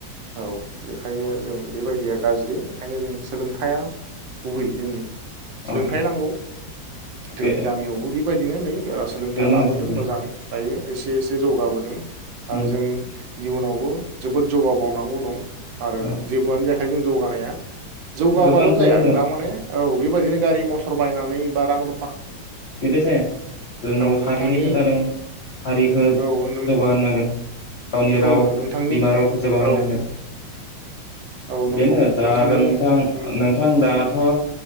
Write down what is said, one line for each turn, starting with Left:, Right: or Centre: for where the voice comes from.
Right: औ बेखायनो जों बेबायदिया गाज्रि ओंखायनो जों सोलोंथाया गुबै जोंनि सोलोंथाइ
Left: अ
Right: नांगौ जोंनि
Left: बे
Right: गामियावबो बि बेबायदिनो नै ओ सोलोंथाइ
Left: बेनो
Right: लाबोदों
Left: नोंथां बेनो
Right: मोजां दायो एसे एसे जौगाबोदों आरो
Left: उम
Right: जों इउनावबो जोबोद जौगा बावनांगौ दं। आरो
Left: औ
Right: जेबोआनो जाया खै जों जौगानाया जौगाबाल'
Left: गोबां
Right: जाया
Left: गोबां
Right: <unintelligible>
Left: दं
Right: माने औ बेबायदिनो गारि मथर बायनानै बा रांल'
Left: बेदि जाया ओ नों
Right: औ
Left: हारिनि
Right: नोंथांनि
Left: खोथा दं हारिखो
Right: औ नों
Left: जौगाहोनांगोन। गावनि
Right: बेखौनो
Left: राव
Right: नोंथांनि
Left: बिमा रावखौ जौगा
Right: औ
Left: होननांगोन।
Right: औ नंगौ
Left: बेनो दा
Right: नोंथांनि
Left: आरो नोंथां
Right: उम
Left: नोंथां दा अ